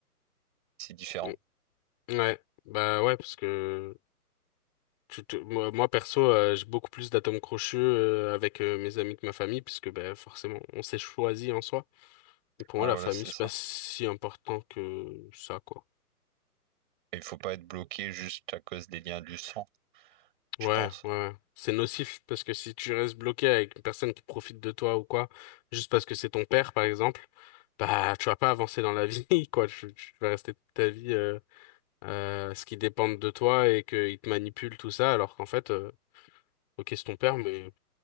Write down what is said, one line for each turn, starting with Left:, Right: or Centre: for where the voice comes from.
Right: c'est différent.
Left: Mm. Ouais, bah ouais, parce que tu te- moi, moi, perso, euh, j'ai beaucoup plus d'atomes crochus euh, avec euh, mes amis que ma famille, puisque bah, forcément, on s'est choisi en soi. Et pour
Right: Ouais,
Left: moi, la
Right: voilà,
Left: famille,
Right: c'est
Left: c'est
Right: ça.
Left: pas si important que ça, quoi.
Right: Et Il faut pas être bloqué juste à cause des liens du sang, je
Left: Ouais,
Right: pense.
Left: ouais, ouais. C'est nocif parce que si tu restes bloqué avec une personne qui profite de toi ou quoi, juste parce que c'est ton père, par exemple, bah, tu vas pas avancer dans la <laughs> vie, quoi. Tu, tu vas rester toute ta vie, euh, euh, ce qui dépend de toi et qu'il te manipule tout ça, alors qu'en fait, euh, ok, c'est ton père, mais